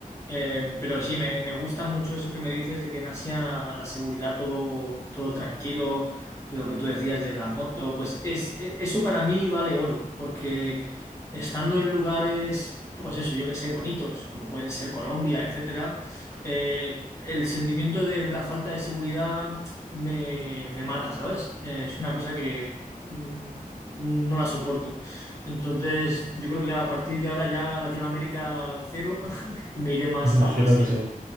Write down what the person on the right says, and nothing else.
<laughs> Imagino
que sí,